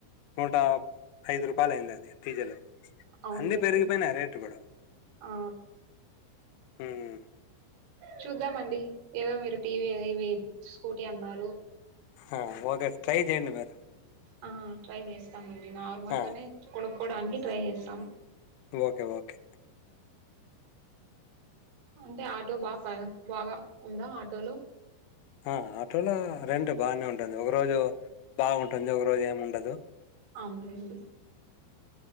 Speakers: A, on the left (about 80°); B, on the right (about 85°).
A: నూట ఐదు రూపాయలు అయింది అది డీజిల్
B: అవున్లేండి
A: అన్నీ పెరిగిపోయినాయి రేట్లు కూడా
B: ఆ
A: ఉమ్
B: చూద్దామండి ఏదో మీరు టీవీ ఇవి స్కూటీ అన్నారు
A: హు ఒ ఇగ ట్రై చేయండి మీరు
B: ఆ ట్రై చేస్తాం మ నార్మల్
A: ఆ!
B: గానే కొ కోడానికి ట్రై చేస్తాం
A: ఓకే ఓకే
B: అంటే ఆటో బాగా బాగా ఉందా ఆటోలు
A: ఆ ఆటోలో రెంట్ బాగానే ఉంటుంది ఒక రోజు బాగుంటుంది ఒక రోజు ఏమి ఉండదు దు
B: అవున్లేండి